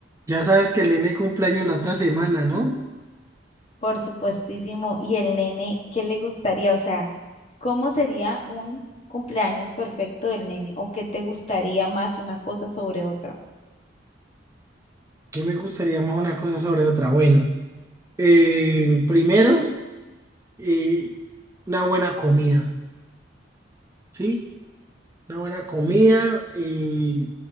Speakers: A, on the right (about 15°); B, on the left (about 35°).
A: Ya sabes que el nene cumpleaños la otra semana, ¿no?
B: Por supuestísimo. Y el nene, ¿qué le gustaría? O sea, ¿cómo sería un cumpleaños perfecto del nene? ¿O qué te gustaría más una cosa sobre otra?
A: ¿Qué me gustaría más una cosa sobre otra? Bueno, eh, primero, eh, una buena comida, ¿sí? Una buena comida, eh,